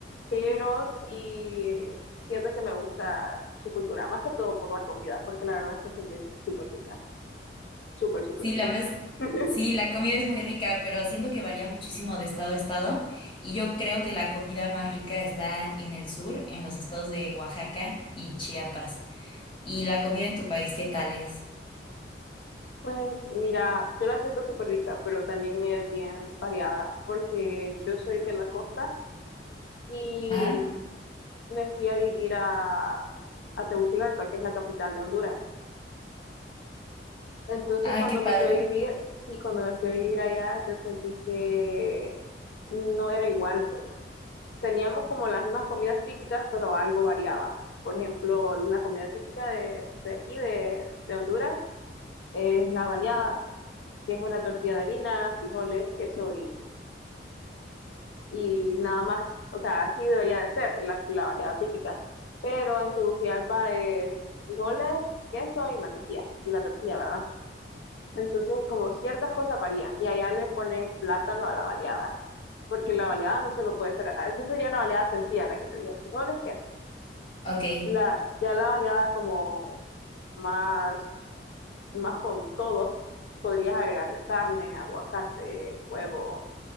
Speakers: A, on the left (about 75°); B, on the left (about 25°).
A: pero sí siento que me gusta su cultura, más que todo por la comida, porque la verdad es que se ve súper rica. Súper, súper
B: Sí,
A: rica.
B: la verdad es que
A: <laughs>
B: sí, la comida es muy rica, pero siento que varía muchísimo de estado a estado. Y yo creo que la comida más rica está en el sur, en los estados de Oaxaca y Chiapas. ¿Y la comida en tu país qué tal es?
A: Pues mira, yo la siento súper rica, pero también es bien variada, porque yo soy de la costa y
B: Ajá.
A: me fui a vivir a, a Tegucigalpa, que es la capital de Honduras. Entonces
B: Ay,
A: cuando
B: qué padre.
A: me fui a vivir, sí, cuando me fui a vivir allá, yo sentí que no era igual, pues. Teníamos como las mismas comidas típicas, pero algo variaba. Por ejemplo, la comida típica de, de aquí, de, de Honduras, es la baleada que es una tortilla de harina, frijoles, queso y, y nada más. O sea, así debería de ser la, la variedad típica. Pero en Tegucigalpa es frijoles, queso y mantequilla, y la tortilla, ¿verdad? Entonces, como ciertas cosas varían, y allá le ponen plátano a la baleada, porque la baleada no solo puede ser, esa sería una baleada sencilla, la que te dije, frijoles, queso.
B: Ok.
A: La, ya la baleada como más, más con todo, podrías agregarle carne, aguacate, huevo